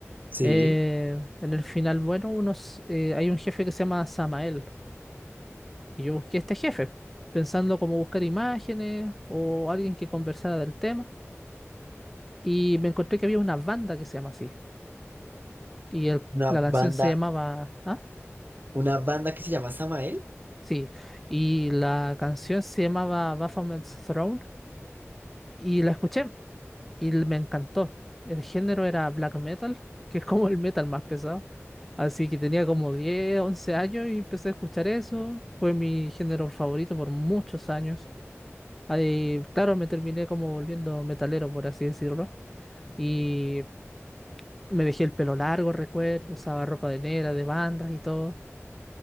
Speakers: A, on the right; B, in the centre.
A: Sí,
B: eh, en el final, bueno, unos, eh, hay un jefe que se llama Samael Y yo busqué a este jefe, pensando cómo buscar imágenes o alguien que conversara del tema. Y me encontré que había una banda que se llama así. Y el-
A: una
B: la
A: banda,
B: canción se llamaba... ¿Ah?
A: una banda que se llama Samael.
B: Sí. Y la canción se llamaba Baphomet's Throne. Y la escuché y l- me encantó. El género era black metal, que es como el metal más pesado. Así que tenía como 10 11 años y empecé a escuchar eso. Fue mi género favorito por muchos años. Ahí, claro, me terminé como volviendo metalero, por así decirlo. Y me dejé el pelo largo, recuerdo, usaba ropa de negra, de bandas y todo.